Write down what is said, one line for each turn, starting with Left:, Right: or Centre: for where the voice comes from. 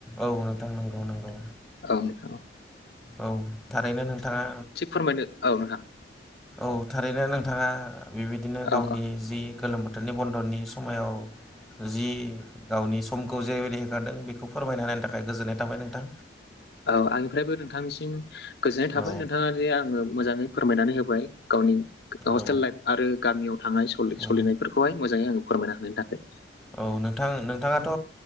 Centre: औ नोंथां नंगौ नंगौ,
Left: औ नोंथां
Centre: औ थारैनो नोंथाङा,
Left: फोरमायनो औ नोंथां
Centre: औ थारैनो नोंथाङा बेबायदिनो गावनि,
Left: औ औ
Centre: जि गोलोम बोथोरनि बन्द'नि समायाव जि गावनि समखौ जेरैबायदि होखारदों बेखौ फोरमायना होनायनि थाखाय गोजोननाय थाबाय नोंथां
Left: औ आंनिफ्रायबो नोंथांनिसिम गोजोननाय थाबाय
Centre: औ
Left: नोंथाङा जे आङो मोजाङै फोरमायनानै होबाय गावनि हस्टेल
Centre: औ
Left: लाइफ आरो गामियाव थां सलिनायफोरखौहाय
Centre: औ
Left: मोजाङै आङो फोरमायना होनानायनि थाखाय,
Centre: औ नोंथां नोंथाङाथ'